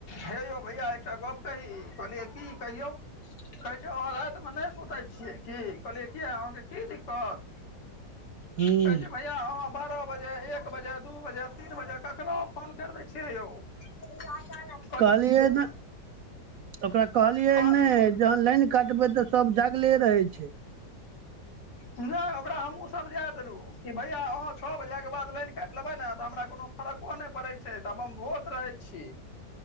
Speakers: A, on the left; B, on the right.
A: हे यौ भैया एकटा गप कही कहलियै की कहियौ। कहै छैय आहाँ रैत मे नैय सुतै छियै कि, कहलियै कि आहाँ के कि दिक्कत- -
B: हूँ
A: सर जी भाई- - किया आहाँ बारह बजे, एक बजे, दू बजे, तीन बजे, तखनो फोन कैर दै छियै यौ। ई आशा लेय।
B: कहलियै ने ओकरा कहलियै
A: कह
B: नेैय- - जहन लैइन कटबै तऽ सब जगले रहेै छैय।
A: नैय ओकरा हमहुँ समझा देलु कि भैया आहाँ छ बजे के बाद लाइन कैट लेबै ने तऽ हमरा कोनो फर्क -- ओ नैय करेई छै, तब हम भोत रहै छी।